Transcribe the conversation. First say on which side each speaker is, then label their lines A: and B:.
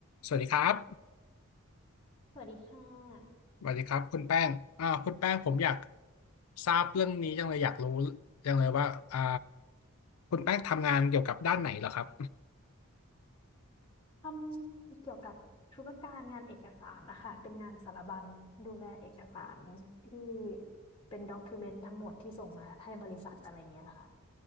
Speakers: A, on the left (about 85°); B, on the left (about 25°).
A: สวัสดีครับ
B: สวัสดีค่ะ
A: สวัสดีครับคุณแป้งอ่าคุณแป้งผมอยากทราบเรื่องนี้จังเลยอยากรู้จังเลยว่าอ่าคุณแป้งทำงานเกี่ยวกับด้านไหนเหรอครับ
B: ทำเกี่ยวกับธุรการงานเอกสารนะคะ เป็นงานสารบัญดูแลเอกสารที่เป็นด็อกิเมนต์ทั้งหมดที่ส่งมาให้บริษัทอะไรเงี้ยค่ะ